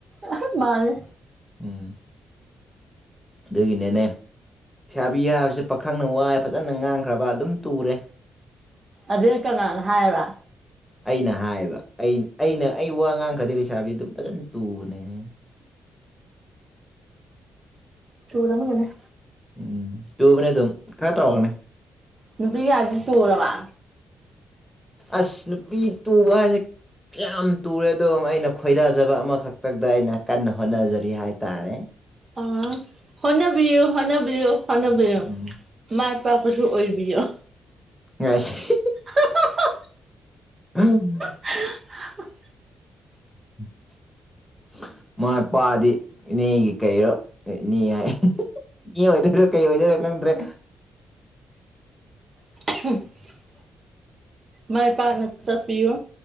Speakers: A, on the right; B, in the centre.
A: ꯑꯍ ꯃꯥꯜꯂꯦ
B: ꯎꯨꯝ ꯑꯗꯨꯒꯤꯅꯦꯅꯦ ꯁꯥꯥꯕꯤ ꯍꯥꯏꯕꯁꯦ ꯄꯥꯈꯪꯅ ꯋꯥꯏ ꯐꯖꯅ ꯉꯥꯡꯈ꯭ꯔꯕ ꯑꯗꯨꯝ ꯇꯨꯔꯦ
A: ꯑꯗꯨꯟ ꯀꯅꯥꯅ ꯍꯥꯏꯕ
B: ꯑꯩꯅ ꯍꯥꯏꯕ ꯑꯩ ꯑꯩꯅ ꯑꯩ ꯋꯥ ꯉꯥꯡꯈ꯭ꯔꯗꯤ ꯂꯩꯁꯥꯕꯤ ꯑꯗꯨꯝ ꯐꯖꯅ ꯇꯨꯕꯅꯦꯍꯦ
A: ꯇꯨꯔꯝꯒꯅꯤ
B: ꯎꯝ ꯇꯨꯕꯅꯦ ꯑꯗꯨꯝ ꯈꯔ ꯇꯧꯔꯒꯅꯦ
A: ꯅꯨꯕꯤ ꯀꯌꯥꯗꯤ ꯇꯧꯔꯕ
B: ꯑꯁ ꯅꯨꯄꯤ ꯇꯨꯕ ꯍꯥꯏꯖꯦ ꯀꯌꯥꯝ ꯇꯨꯔꯦ ꯑꯗꯣ ꯑꯩꯅ ꯈꯣꯏꯗꯥꯖꯕ ꯑꯃꯈꯛꯇꯗ ꯑꯩꯅ ꯀꯟꯅ ꯍꯣꯠꯅꯖꯔꯤ ꯍꯥꯏꯇꯥꯔꯦ
A: ꯑ ꯍꯣꯠꯅꯕꯤꯌꯨ ꯍꯣꯠꯅꯕꯤꯌꯨ ꯍꯣꯠꯅꯕꯤꯌꯨ
B: ꯎꯝ
A: ꯃꯥꯏ ꯄꯥꯛꯄꯁꯨ ꯑꯣꯏꯕꯤꯌꯣ
B: ꯑꯁ ꯍꯤꯍꯤ
A: ꯍꯥ ꯍꯥ ꯍꯥ
B: ꯍꯝ
A: ꯍꯥ ꯍ
B: <inaudible> ꯃꯥꯏ ꯄꯥꯑꯥꯗꯤ ꯏꯅꯦꯒꯤ ꯀꯩꯔꯣ ꯏꯅꯦ ꯍꯥꯏ ꯏꯅꯦ ꯑꯣꯏꯗꯣꯏꯔꯣ ꯀꯩ ꯑꯣꯏꯗꯣꯏꯔꯥ ꯈꯪꯗ꯭ꯔꯦ
A: <unintelligible> ꯃꯥꯏ ꯄꯥꯛꯅ ꯆꯠꯄꯤꯌꯨ